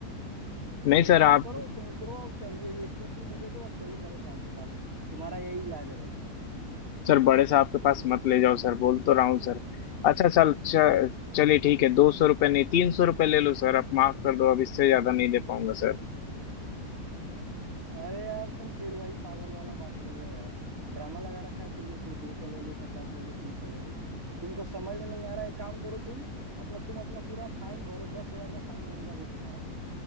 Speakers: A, on the left (about 60°); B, on the right (about 60°).
A: नहीं सर
B: एक काम
A: आप
B: करो तुम उतरो और चल ये, ये स्कूटी मुझे दो और चलो बड़े साहब के पास तुम्हारा यही इलाज है बस
A: सर बड़े साहब के पास मत ले जाओ सर बोल तो रहा हूँ सर अच्छा सर च- चलिए ठीक है दो सौ रुपये नहीं तीन सौ रुपये ले लो सर आप माफ कर दो अब इससे ज्यादा नहीं दे पाऊंगा सर
B: अरे यार तुम फिर वही पागल वाला बात बोल रहे हो यार ड्रामा लगा रखा है तुमने तो दो सौ ले लो पचास ले लो तीन सौ ले लो तुमको समझ में नहीं आ रहा है काम करो तुम अपना तुम अपना पूरा फाइन भरो दस हजार का फाइन बनेगा अभी तुम्हारा